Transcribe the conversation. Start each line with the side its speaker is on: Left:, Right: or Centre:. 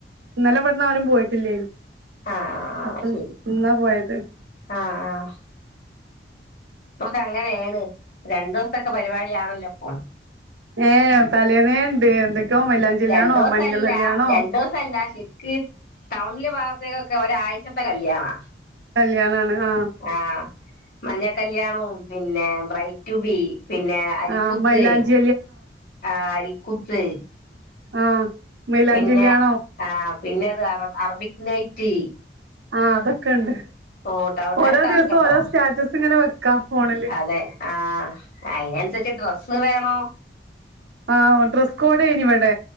Right: ഇന്നലെ ഇവട്ന്ന് ആരും പോയിട്ടില്ലേനു
Left: ആഹ് ആഹ്
Right: അപ്പം
Left: ശരി
Right: ഇന്നാ പോയത്
Left: ആഹ് ആഹ് ഇപ്പോക്കെ അങ്ങനെണ് രണ്ടു ദിവസത്തൊക്കെ പരിപാടിയാണല്ലൊപ്പോം
Right: ഏഹ് തലേന്നേണ്ട് എന്തൊക്കെയോ മൈലാഞ്ചി കല്യാണോ
Left: രണ്ടുസല്ല
Right: മഞ്ഞൾ കല്യാണോ
Left: രണ്ടുസം അല്ല ശെരിക്ക് ടൗണിലെ ഭാഗത്തേക്കൊക്കെ ഒരാഴ്ച്ചത്തെ കല്യാണ
Right: കല്യാണാണ് ആഹ്
Left: ആഹ് മഞ്ഞൾ കല്യാണും പിന്നെ ബ്രൈഡ് ടു ബി പിന്നെ അരിക്കുത്ത്
Right: ആ മൈലാഞ്ചി
Left: ആഹ് അരിക്കുത്ത്
Right: ആഹ്, മൈലാഞ്ചില്ലൃണം
Left: പിന്നെ ആഹ്, പിന്നെ താ അറ അറബിക് നൈറ്റ്.
Right: ആഹ്, അതൊക്കെണ്ട്
Left: ഓ ടൗണുകാർക്കൊക്കെ
Right: ഓരോ ദിവസം
Left: ഉണ്ടോ
Right: ഓരോ സ്റ്റാറ്റസ് ഇങ്ങനെ വെക്കാ ഫോണിൽ.
Left: അതെ. ആഹ്, അയിനൻസര്ച്ച് ഡ്രസ്സും വേണേം.
Right: ആഹ്, ഡ്രസ് കോഡൈനിവടെ.